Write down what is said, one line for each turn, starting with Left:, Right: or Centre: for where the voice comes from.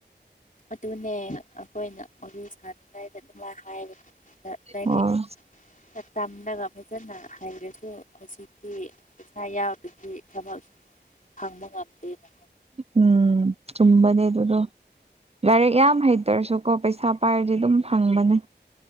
Left: ꯑꯗꯨꯅꯦ ꯑꯩꯈꯣꯏꯅ ꯑꯗꯤꯜ ꯁꯥꯗ꯭ꯔꯤꯉꯥꯏꯗ ꯑꯗꯨꯃꯥꯏ ꯍꯥꯏꯕꯅꯦ ꯂꯥꯏꯔꯤꯛ
Right: ꯍꯣꯏ
Left: ꯈ ꯇꯝꯂꯒ ꯐꯖꯅ ꯍꯩꯔꯁꯨ ꯍꯧꯖꯤꯛꯇꯤ ꯄꯩꯁꯥ ꯌꯥꯎꯗꯔꯗꯤ ꯊꯕꯛ ꯐꯪꯕ ꯉꯝꯗꯦꯅ
Right: ꯎꯝ ꯆꯨꯝꯕꯅꯦ ꯑꯗꯨꯗꯣ ꯂꯥꯏꯔꯤꯛ ꯌꯥꯝ ꯍꯩ ꯍꯩꯇꯔꯁꯨ ꯀꯣ ꯄꯩꯁꯥ ꯄꯥꯏꯔꯗꯤ ꯑꯗꯨꯝ ꯐꯪꯕꯅꯦ